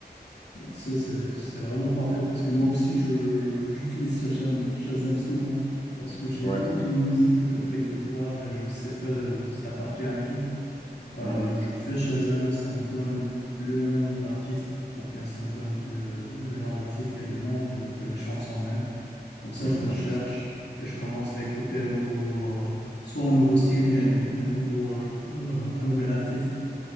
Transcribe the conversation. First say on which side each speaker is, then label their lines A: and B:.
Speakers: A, on the left (about 80°); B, on the left (about 25°).
A: Bah, ça, c'est c'est vraiment parfait parce que moi aussi, je, j'utilise Shazam, Shazam souvent lorsque j'écoute
B: Ouais.
A: une musique euh, quelque part et je ne sais pas euh, ça appartient à qui. euh,
B: Mm, mm,
A: je fais Shazam, ça me donne le nom de l'artiste ou bien ça me donne le, le nom de l'artiste et le nom de, de la chanson même. Comme ça,
B: mm,
A: je
B: mm,
A: la cherche
B: mm.
A: et je commence à écouter un nouveau, euh, soit un nouveau style ou bien un, un nouveau, euh, euh, un nouvel artiste.